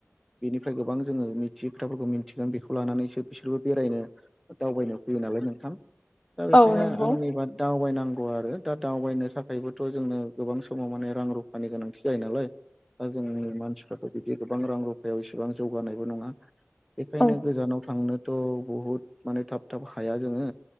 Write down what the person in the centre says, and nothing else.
बेनिफ्राय गोबां जोङो मिथियै खोथाफोरखौ मिथिगोन बेखौ लाना नैसो बिसोरबो बेरायनो दावबायनो फैयो नालाय नोंथां। दा बेखायनो
आंनिबा दावबाय नांगौ आरो दा दावबायनो थाखायबोथ' जोंनो गोबां समाव माने रां रुफानि गोनांथि जायो नालाय। दा जोंनि मानसिफ्राथ' बिदि गोबां रां रुफायाव इसेबां जौगानायबो नङा। बेखायनो
गोजानाव थांनोथ' बहुद माने थाब थाब हाया जोङो।